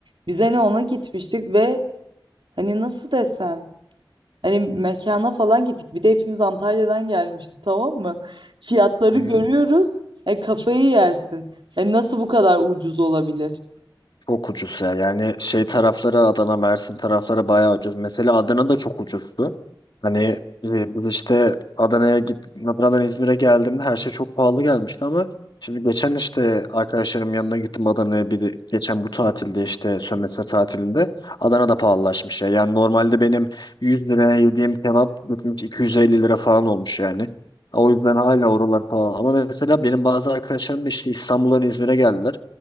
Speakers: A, on the right; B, on the left.
A: Biz hani ona gitmiştik ve hani nasıl desem Hani mekana falan gittik. Bir de hepimiz Antalya'dan gelmişiz tamam mı? Fiyatları
B: Hı
A: görüyoruz.
B: hı.
A: E, kafayı yersin. E, nasıl bu kadar ucuz olabilir?
B: Çok ucuz ya. Yani şey taraflara Adana, Mersin taraflara bayağı ucuz. Mesela Adana da çok ucuzdu. Hani e, biz işte Adana'ya git, Adana'dan İzmir'e geldiğimde her şey çok pahalı gelmişti ama şimdi geçen işte arkadaşlarım yanına gittim Adana'ya bir de- geçen bu tatilde işte sömestr tatilinde Adana'da pahalılaşmış ya. Yani normalde benim 100 liraya yediğim kebap gitmiş 250 lira falan olmuş yani. O yüzden hala oralar pahalı. Ama mesela benim bazı arkadaşlarım da işte İstanbul'dan İzmir'e geldiler.